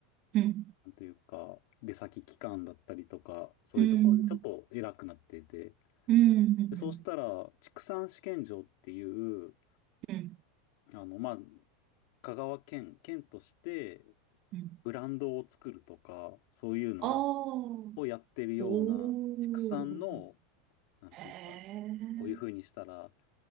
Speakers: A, on the right; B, on the left.
A: うん、うん。
B: なんというか、出先機関だったりとか、そういうところでちょっと偉くなっていて、
A: うん。うん、うん、
B: で、そうしたら、畜産試験場っていう、
A: うん。うん、うん。
B: あの、まあ、香川県、県として
A: うん
B: ブランドを作るとか、そういうの
A: ああ
B: をやってるような、
A: ほう。
B: 畜産の、なんていうか、
A: へえ。
B: こういうふうにしたら